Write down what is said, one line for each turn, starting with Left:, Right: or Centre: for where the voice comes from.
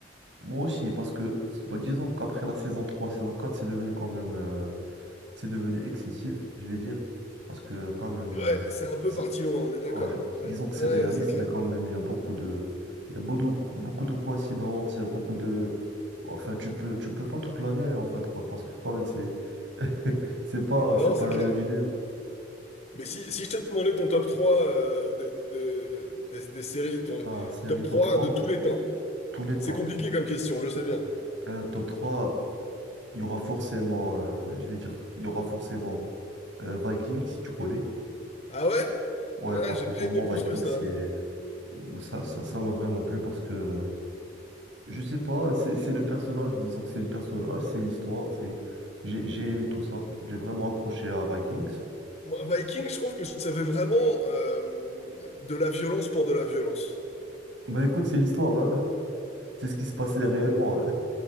Right: Moi aussi, parce que, bon, disons qu'après la saison 3, saison 4, c'est devenu quand même... euh, c'est devenu excessif, je vais dire, parce que euh, quand même,
Left: Ouais,
Right: euh,
Left: c'est un peu
Right: c'est,
Left: parti loin, on est d'accord.
Right: ouais,
Left: On
Right: disons
Left: est-
Right: que
Left: Ouais,
Right: c'est réaliste,
Left: c'est clair.
Right: mais quand même, il y a beaucoup de, il y a beaucoup, beaucoup de coïncidences, il y a beaucoup de, enfin, tu peux, tu peux pas tout planer en fin de compte, parce que quand même, c'est, <laughs> c'est pas,
Left: Non,
Right: c'est pas
Left: c'est
Right: un
Left: clair.
Right: jeu vidéo.
Left: Mais si, si je t'ai demandé ton top 3 euh, de- de- des, des séries, ton
Right: Ah, série
Left: top 3
Right: top 3
Left: de tous les temps,
Right: tous les temps.
Left: c'est compliqué comme question, je sais bien.
Right: Euh, top 3 il y aura forcément, euh, je vais dire, il y aura forcément euh, Vikings, si tu connais.
Left: Ah ouais?
Right: Ouais,
Left: Ah,
Right: parce
Left: j'ai
Right: que
Left: pas
Right: pour
Left: aimé
Right: moi,
Left: plus
Right: Vikings,
Left: que ça.
Right: c'est, moi, ça, ça, ça m'a vraiment plu parce que Je sais pas, c'est c'est le personnage, disons que c'est le personnage, c'est l'histoire, c'est j'ai j'ai aimé tout ça. J'ai vraiment accroché à Vikings.
Left: Moi, Viking, je trouve que ça fait vraiment euh, de la violence pour de la violence.
Right: Bah écoute, c'est l'histoire, hein. C'est ce qui se passait réellement. hein.